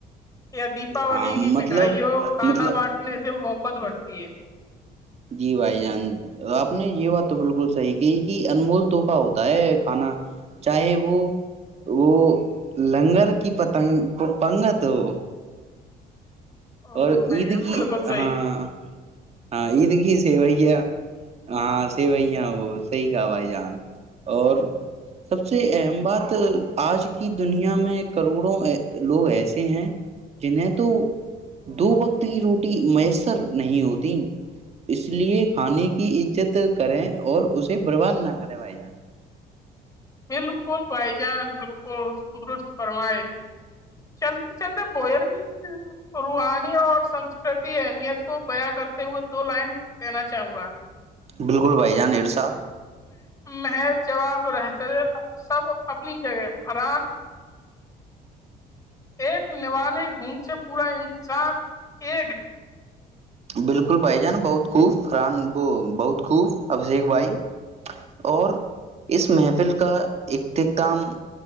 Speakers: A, on the left (about 20°); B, on the right (about 40°).
A: یا دیپاولی
B: ہاں
A: کی
B: مطلب
A: مٹھائی ہو کھانا
B: مطلب
A: بانٹنے سے محبت بڑتی ہے
B: جی بھائی جان آپ نے یہ بات تو بالکل صحیح کہ کہ انمول تحفہ ہوتا ہے کھانا چاہے وہ وہ لنگر کی پتنگ پنگت ہو
A: ہ
B: اور
A: بھائی
B: عید
A: جان
B: کی
A: بالکل صحیح
B: ہاں ہاں عید کی سیویا ہاں سیویا صحیح کہا بھائی جان اور سب سے اہم بات آج کی دنیا میں کروڑوں لوگ ایسے ہیں جنیں تو دو وقت کی روٹی میسر نہیں ہوتی اس لیے کھانے کی عزت کریں اور اسے برباد نہ کریں بھائی جان
A: بالکل بھائی جان بالکلندرست فرمائے چلتے چلتے بوجن بھی روحانی اور سنسکرتی اہمیت کو بیا کرتے ہوئے دو لائن کہینا چاہوں گا
B: بالکل بھائی جان ایرے ساتھ
A: محض جواب رہتے سب اپنی جگہ فران ایک نوی گھونٹ سے پورا انسان ایک ہے
B: بالکل بھائی جان بہت خوبران وہ بہت خوب ابھیشیک بھائی اور اس محفل کا اختتام